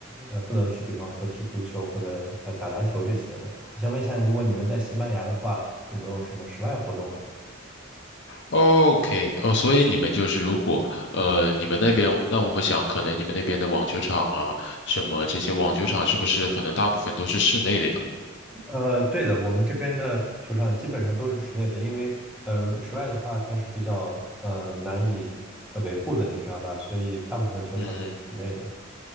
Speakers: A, in the centre; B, on the left.
A: 呃不能去，比方说踢足球或者呃打篮球这些的。我想问一下，如果你们在西班牙的话，有没有什么室外活动呢？
B: ？OK，哦，所以你们就是如果呃你们那边，那我想可能你们那边的网球场啊，什么这些网球场是不是可能大部分都是室内的呀？
A: 呃，对的，我们这边的球场基本上都是室内的，因为呃，室外的话它是比较呃难以呃维护的，你知道吧？所以大部分球场都是室内的。
B: 嗯。